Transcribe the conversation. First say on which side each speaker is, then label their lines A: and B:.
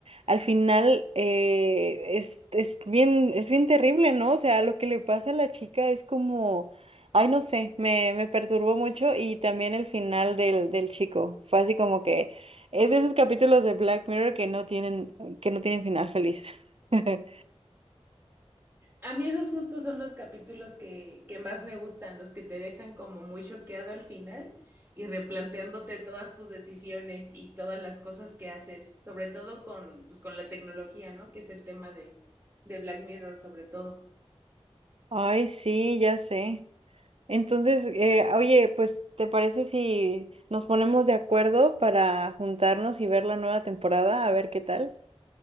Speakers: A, on the right; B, on the right.
A: al final eh, es, es bien, es bien terrible, ¿no? O sea, lo que le pasa a la chica es como, ay, no sé, me, me perturbó mucho y también el final del, del chico, fue así como que es de esos capítulos de Black Mirror que no tienen, que no tienen final feliz. <laughs>
B: A mí esos justos son los capítulos que, que más me gustan, los que te dejan como muy choqueado al final y replanteándote todas tus decisiones y todas las cosas que haces, sobre todo con, pues, con la tecnología, ¿no? Que es el tema de, de Black Mirror, sobre todo.
A: Ay, sí, ya sé. Entonces, eh, oye, pues, ¿te parece si nos ponemos de acuerdo para juntarnos y ver la nueva temporada? A ver qué tal.